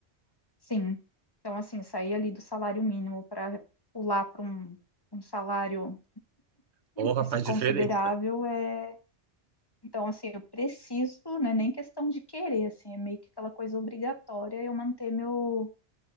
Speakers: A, on the left; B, on the right.
A: sim. Então assim sair ali do salário mínimo para pular para um, um salário
B: Porra,
A: assim
B: faz diferença.
A: considerável é Então, assim, eu preciso, não é nem questão de querer, assim, é meio que aquela coisa obrigatória eu manter meu,